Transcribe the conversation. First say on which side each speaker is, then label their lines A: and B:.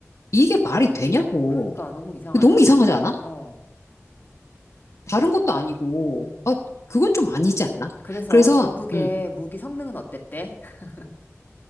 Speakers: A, on the left (about 70°); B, on the left (about 40°).
A: 이게 말이 되냐고.
B: 그러니까 너무 이상하다.
A: 너무 이상하지 않아?
B: 어,
A: 다른 것도 아니고,
B: 음.
A: 아, 그건 좀 아니지 않나?
B: 그래서
A: 그래서,
B: 중국의
A: 음,
B: 무기 성능은 어땠대? <laughs>